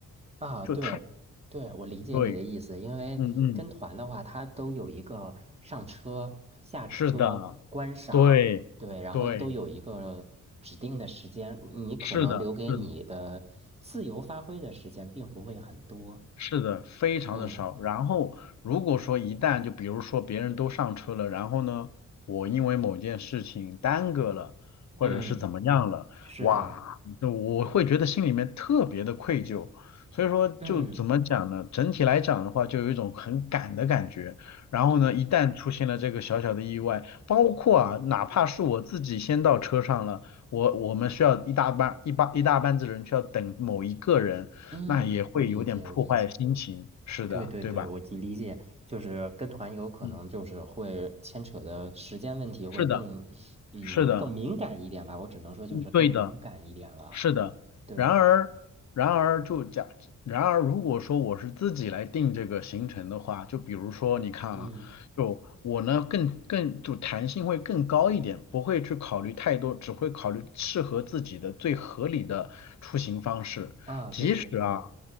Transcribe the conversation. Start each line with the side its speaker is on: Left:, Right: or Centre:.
Right: 啊，
Left: 就它
Right: 对，对，我理解你的意思，
Left: 对，
Right: 因为跟团的话，
Left: 嗯嗯，
Right: 它都有一个上车、下车、
Left: 是的，
Right: 观赏，
Left: 对对，
Right: 对，然后都有一个指定的时间，你可能留给你的自由发挥的时间并不会很多。
Left: 是的，是的。是的，非常的少。
Right: 嗯
Left: 然后如果说一旦就比如说别人都上车了，然后呢，我因为某件事情耽搁了，或者是怎么样了，
Right: 嗯，是的，
Left: 哇，就我会觉得心里面特别的愧疚。所以说就怎么讲呢？
Right: 嗯
Left: 整体来讲的话，就有一种很赶的感觉。然后呢，
Right: 嗯
Left: 一旦出现了这个小小的意外，包括啊，哪怕是我自己先到车上了，
Right: 嗯
Left: 我我们需要一大班一班一大班子人需要等某一个人。
Right: 嗯，
Left: 那也会有点破坏心情，
Right: 我理解，我理解。
Left: 是的，
Right: 对对对，
Left: 对吧？
Right: 我就理解，就是跟团游可能就是会牵扯的时间问题会更，
Left: 嗯，是的，
Right: 嗯，
Left: 是的，
Right: 更敏感一点吧。我只能说就是更敏感一点了。
Left: 嗯，对的。是的，
Right: 对，
Left: 然而，然而就假，然而如果说我是自己来定这个行程的话，就比如说你看啊，
Right: 嗯，
Left: 就我呢更更就弹性会更高一点，不会去考虑太多，只会考虑适合自己的最合理的出行方式。
Right: 啊，
Left: 即使啊，
Right: 对对对，